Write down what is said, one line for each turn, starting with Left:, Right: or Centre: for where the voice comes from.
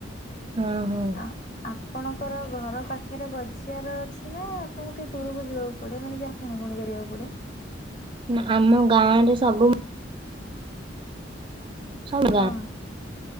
Right: ଉଁ ହୁଁ।
Left: ଆ ଆ ଆପଣଙ୍କର ଘର ପାଖରେ ବଜାର ଅଛି ନା ଆପଣଙ୍କୁ ଟିକେ ଦୂରକୁ ଯିବାକୁ ପଡିବ ମାନେ ଯାହା କିଣା କୁଣି କରିବାକୁ ପଡେ।
Right: ନା ଆମ ଗାଁ ରେ ସବୁ ସବୁ
Left: ହଁ।
Right: ଗାଁ